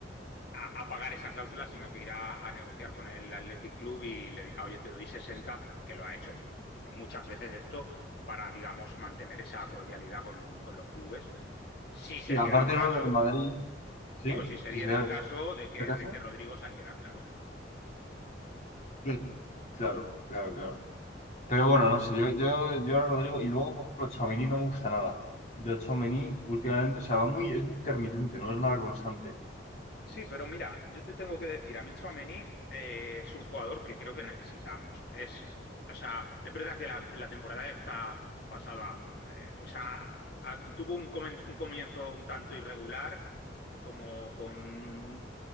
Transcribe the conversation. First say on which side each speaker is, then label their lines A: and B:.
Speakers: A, on the left; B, on the left.
A: a, a pagar esa cláusula, sino que irá a negociar con el Athletic Club y le dirá, oye, te doy sesenta que lo ha hecho m- muchas veces esto, para, digamos, mantener esa
B: Sí.
A: cordialidad con, con los clubes. Si se
B: Sí, aparte
A: diera el caso,
B: yo creo que el Madrid,
A: digo,
B: sí,
A: si se
B: si
A: diera
B: se da
A: el caso de que,
B: el caso.
A: de que Rodrigo saliera, claro.
B: Claro, claro, claro. claro. Pero bueno, no sé, yo, yo, yo a Rodrigo, y luego, por ejemplo, Tchouaméni no me gusta nada. Yo Tchouaméni últimamente, o sea, va muy, es muy intermitente, no es nada constante.
A: Hmm. Sí, pero mira, yo te tengo que decir, a mí Tchouaméni eh, es un jugador que creo que necesitamos. Es, o sea, es verdad que la, la temporada esta pasada eh, pues ha- ha- tuvo un comienzo, un comienzo un tanto irregular, eh, como con